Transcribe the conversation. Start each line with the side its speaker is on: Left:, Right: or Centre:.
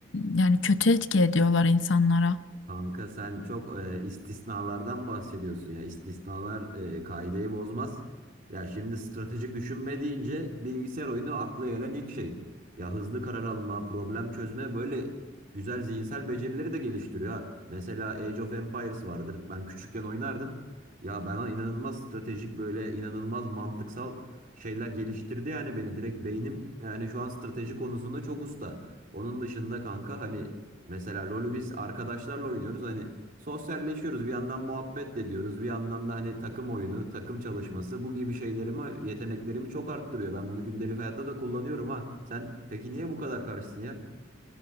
Left: yani kötü etki ediyorlar insanlara.
Right: Kanka sen çok e, istisnalardan bahsediyorsun ya. İstisnalar e, kaideyi bozmaz. Ya şimdi stratejik düşünme deyince bilgisayar oyunu akla gelen ilk şey. Ya hızlı karar alma, problem çözme böyle güzel zihinsel becerileri de geliştiriyor ha. Mesela Age of Empires vardır. Ben küçükken oynardım. Ya bana inanılmaz stratejik böyle inanılmaz mantıksal şeyler geliştirdi yani beni direkt beynim yani şu an strateji konusunda çok usta. Onun dışında kanka hani Mesela LoL'ü biz arkadaşlarla oynuyoruz. Hani sosyalleşiyoruz. Bir yandan muhabbet de ediyoruz. Bir yandan da hani takım oyunu, takım çalışması bu gibi şeylerimi, yeteneklerimi çok arttırıyor. Ben bunu gündelik hayatta da kullanıyorum ha. Sen peki niye bu kadar karşısın ya?